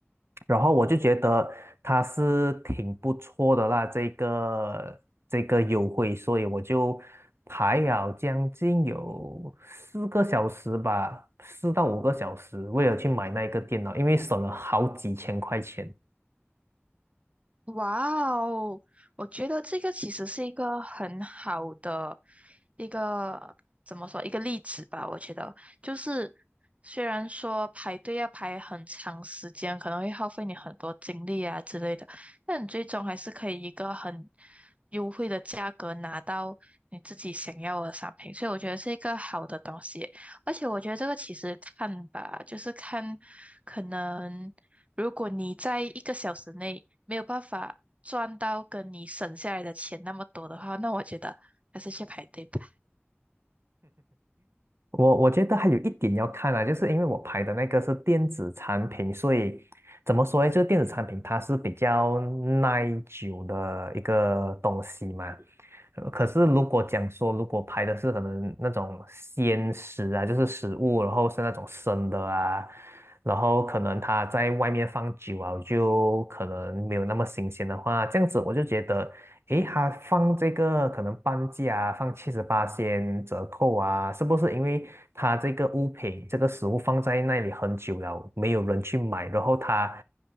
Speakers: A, on the right; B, on the right.
A: 然后我就觉得它是挺不错的啦，这个这个优惠，所以我就排了将近有四个小时吧，四到五个小时，为了去买那个电脑，因为省了好几千块钱。
B: 哇哦，我觉得这个其实是一个很好的一个怎么说一个例子吧。我觉得就是虽然说排队要排很长时间，可能会耗费你很多精力啊之类的，但你最终还是可以一个很优惠的价格拿到你自己想要的商品，所以我觉得是一个好的东西。而且我觉得这个其实看吧，就是看可能。如果你在一个小时内没有办法赚到跟你省下来的钱那么多的话，那我觉得还是去排队吧。
A: 我我觉得还有一点要看啊，就是因为我拍的那个是电子产品，所以怎么说呢？就是电子产品它是比较耐久的一个东西嘛，呃可是如果讲说，如果拍的是可能那种鲜食啊，就是食物，然后是那种生的啊，然后可能他在外面放久啊，就可能没有那么新鲜的话，这样子我就觉得，诶，他放这个可能半价啊，放七十八先折扣啊，是不是因为他这个物品这个食物放在那里很久了，没有人去买，然后他